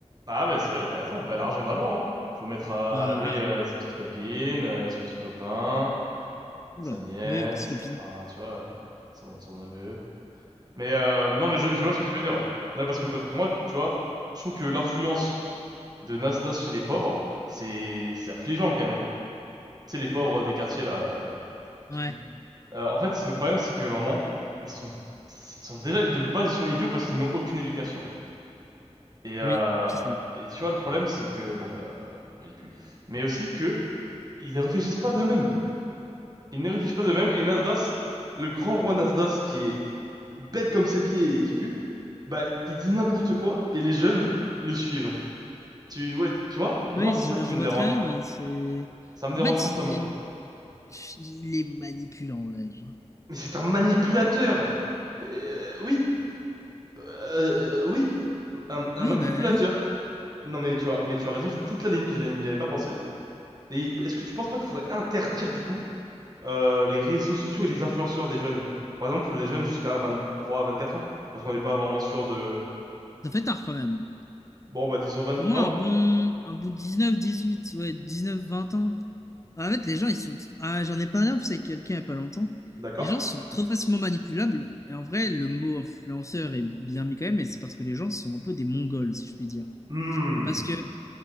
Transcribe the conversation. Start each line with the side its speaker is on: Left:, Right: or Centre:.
Right: ah ouais c'est vrai t'as raison bah l'argent d'abord hein. faut mettre à,
Left: Bah,
Right: à l'abri
Left: ah.
Right: euh, sa petite copine euh, son petit copain
Left: oula.
Right: sa nièce
Left: Oui, petites copines.
Right: enfin, tu vois euh, son son neveu mais euh, non mais je, je vois ce que tu veux dire ouais non parce que bah, moi tu vois je trouve que l'influence de Nasdaq chez les pauvres, c'est c'est affligeant quand même. hein. Tu sais, les pauvres des quartiers là euh, qui
Left: Ouais,
Right: puent. Euh, en fait, c'est- le problème, c'est que vraiment, ils sont ils sont déjà de base ils sont idiots parce qu'ils n'ont aucune éducation. Et euh,
Left: oui, ça c'est vrai.
Right: et tu vois, le problème, c'est que bon bah, bah ils puent, mais aussi que ils ne réfléchissent pas d'eux-mêmes. Ils ne réfléchissent pas d'eux-mêmes. Et Nasdaq, le grand roi Nasdaq qui est bête comme ses pieds et qui pue, bah il dit n'importe quoi et les jeunes le suivent. Tu ouais, tu vois?
Left: Oui,
Right: Moi, c'est
Left: je,
Right: ça qui
Left: je
Right: me
Left: vois
Right: dérange.
Left: très bien. ouais, c'est...
Right: Ça me
Left: En
Right: dérange
Left: fait,
Right: fortement.
Left: il... il est manipulant, en vrai. genre.
Right: Mais c'est un manipulateur. Euh, oui, Euh, euh, oui, un, un
Left: Oui,
Right: manipulateur.
Left: bah ouais.
Right: Non mais tu as, mais tu as raison sur toute la ligne. Je n'y avais pas pensé. Et est-ce que tu penses pas qu'il faudrait interdire du coup euh, les réseaux sociaux et les influenceurs des jeunes? Par exemple, les jeunes jusqu'à 23 à 24 ans, parce qu'on n'est pas vraiment sûr de.
Left: Ça fait tard quand même.
Right: Bon bah disons 20,
Left: Pour moi,
Right: 20,
Left: un bon, un bon dix-neuf, dix-huit, ouais, 19, 20 ans. En fait, les gens, ils sont. Ah, j'en ai parlé en plus avec quelqu'un il n'y a pas longtemps.
Right: d'accord?
Left: Les gens sont trop facilement manipulables. Et en vrai, le mot influenceur est bien mis quand même, mais c'est parce que les gens sont un peu des Mongols, si je puis dire.
Right: Hmm.
Left: Parce que,